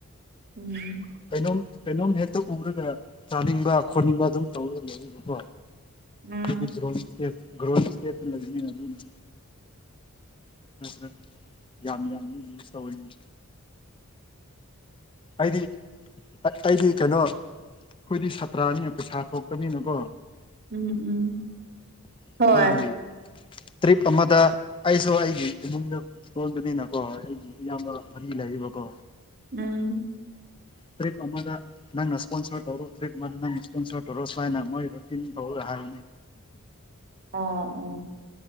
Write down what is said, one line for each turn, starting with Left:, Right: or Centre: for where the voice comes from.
Right: ꯎꯝ
Left: ꯀꯩꯅꯣꯝ ꯀꯩꯅꯣꯝ ꯍꯦꯛꯇ ꯎꯔꯒ ꯆꯥꯅꯤꯡꯕ ꯈꯣꯠꯅꯤꯡꯕ ꯑꯗꯨꯝ ꯇꯧꯔꯒ ꯂꯩꯔꯤꯕꯀꯣ
Right: ꯎꯝ
Left: ꯣꯇ꯭ꯔꯣ ꯁꯇꯦ ꯂꯅꯤ ꯑꯗꯨꯅ ꯭ꯔꯦ ꯌꯥꯝ ꯌꯥꯝꯃꯤ ꯌꯨꯁ ꯇꯧꯔꯤꯅꯤ ꯑꯩꯗꯤ ꯑꯩꯗꯤ ꯀꯩꯅꯣ ꯑꯩꯈꯣꯏꯗꯤ ꯁꯥꯇ꯭ꯔꯅꯤꯅ ꯄꯩꯁꯥ ꯊꯣꯛꯇꯅꯤꯅꯀꯣ
Right: ꯎꯝ ꯎꯝ ꯍꯣꯏ
Left: ꯑꯩꯈꯣꯏꯒꯤ ꯇ꯭ꯔꯤꯞ ꯑꯃꯗ ꯑꯩꯁꯨ ꯑꯩꯒꯤ ꯏꯃꯨꯡꯗ ꯆꯣꯟꯕꯅꯤꯅꯀꯣ ꯑꯩꯒꯤ ꯏꯌꯥꯝꯕ ꯃ ꯂꯕ ꯀꯣ
Right: ꯎꯝ
Left: ꯇ꯭ꯔꯤꯞ ꯑꯃꯗ ꯅꯪꯅ ꯏꯁꯄꯣꯟꯁꯔ ꯇꯧꯔꯣ ꯇ꯭ꯔꯤꯞ ꯑꯃꯗ ꯅꯪ ꯏꯁꯄꯣꯟꯁꯔ ꯇꯧꯔꯣ ꯁ꯭ꯃꯥꯏꯅ ꯃꯣꯏ ꯔꯨꯇꯤꯟ ꯇ ꯍꯥꯏ
Right: ꯑꯥ ꯑ